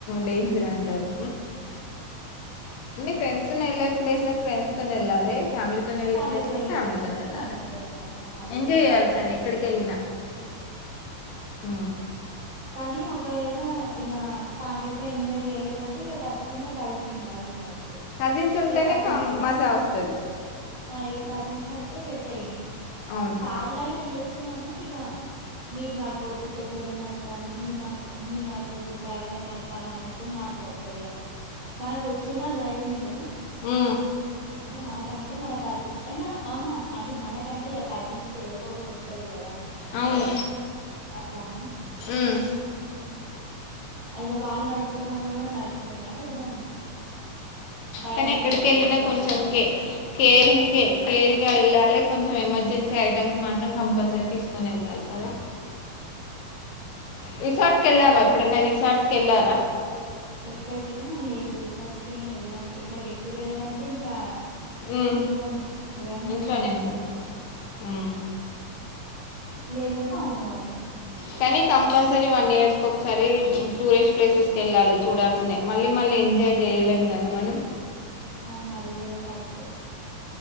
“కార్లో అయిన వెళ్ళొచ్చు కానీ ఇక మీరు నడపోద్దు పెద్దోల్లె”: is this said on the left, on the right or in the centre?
Right